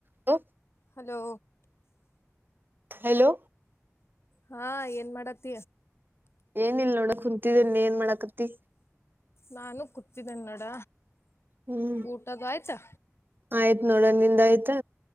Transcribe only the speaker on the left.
hello
ಹಾ ಏನ್ ಮಾಡತ್ತ
ನಾನು ಕತಿದ್ದನ್ ನೋಡ
ಊಟದ ಆಯ್ತಾ